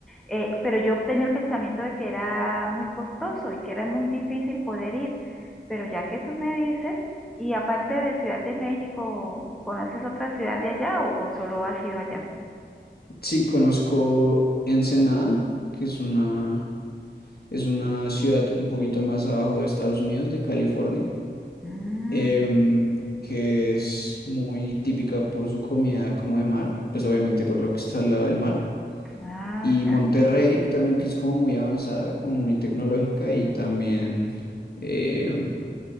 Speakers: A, in the centre; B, on the left (about 55°).
A: Eh, pero yo tenía el pensamiento de que era muy costoso y que era muy difícil poder ir. Pero ya que tú me dices, y aparte de Ciudad de México, ¿conoces otra ciudad de allá o, o solo has ido allá?
B: Sí, conozco Ensenada, que es una, es una ciudad un poquito más abajo de Estados Unidos, de California,
A: Mm,
B: em, que es muy típica por su comida como de mar, pues obviamente por lo que está al lado del mar.
A: ah,
B: Y
A: ya.
B: Monterrey que también, que es como muy avanzada, como muy tecnológica, y también, em,